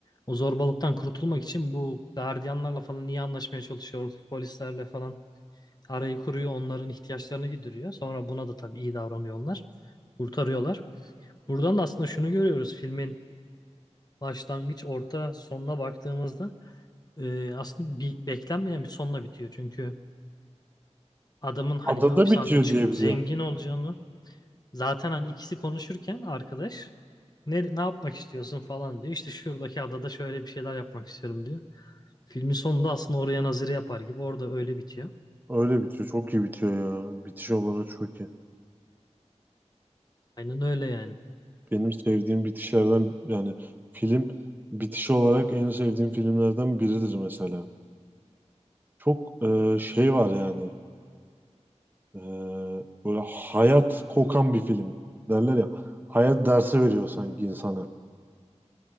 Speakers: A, on the left; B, on the right.
A: o zorbalıktan kurtulmak için bu gardiyanlarla falan iyi anlaşmaya çalışıyor. Oradaki polislerle falan arayı kuruyor. Onların ihtiyaçlarını gideriyor. Sonra buna da tabii iyi davranıyor onlar. Kurtarıyorlar. Buradan da aslında şunu görüyoruz filmin başlangıç, orta, sonuna baktığımızda e, aslında bir, beklenmeyen bir sonla bitiyor. Çünkü adamın hani
B: Adada
A: hapishaneden
B: bitiyor
A: çıkıp
B: diye biliyorum.
A: zengin olacağını Zaten hani ikisi konuşurken arkadaş ne, ne yapmak istiyorsun falan diyor. İşte şuradaki adada şöyle bir şeyler yapmak istiyorum diyor. Filmin sonunda aslında oraya nazire yapar gibi orada öyle bitiyor.
B: Öyle bitiyor. Çok iyi bitiyor ya. Bitiş olarak çok iyi.
A: Aynen öyle yani.
B: Benim sevdiğim bitişlerden yani film bitiş olarak en sevdiğim filmlerden biridir mesela. Çok e, şey var yani. E, böyle hayat kokan bir film derler ya. Hayat dersi veriyor sanki insana.